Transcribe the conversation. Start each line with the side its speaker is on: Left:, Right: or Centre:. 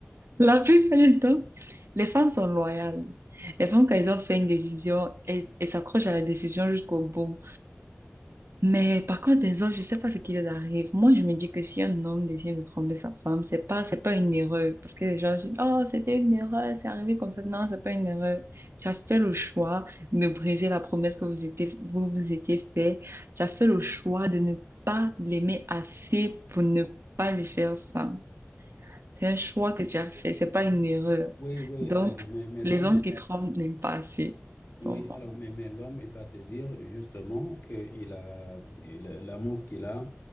Right: La plupart du temps, les femmes sont loyales. Les femmes, quand elles ont fait une décision, elles elles s'accrochent à la décision jusqu'au bout. Mais par contre, les hommes, je sais pas ce qui les arrive. Moi, je me dis que si un homme décide de tromper sa femme, c'est pas, c'est pas une erreur. Parce que les gens disent, oh, c'était une erreur, c'est arrivé comme ça. Non, c'est pas une erreur. Tu as fait le choix de briser la promesse que vous étiez, vous vous étiez fait. Tu as fait le choix de ne pas l'aimer assez pour ne pas lui faire ça. C'est un choix que tu as fait, c'est pas
Left: <laughs>
Right: une erreur.
Left: Oui, oui,
Right: Donc,
Left: alors, mais, mais
Right: les
Left: l'homme,
Right: hommes qui trompent n'aiment pas assez.
Left: oui,
Right: Pour moi.
Left: alors, mais, mais l'homme, il va te dire justement que il a, il- l'amour qu'il a